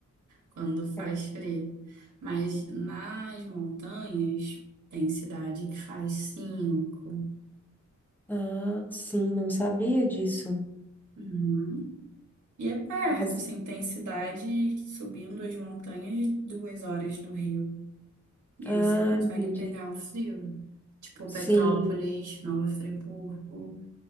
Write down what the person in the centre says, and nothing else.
É.
Ah, sim, não sabia disso.
Mas,
ah,
entendi.
Sim,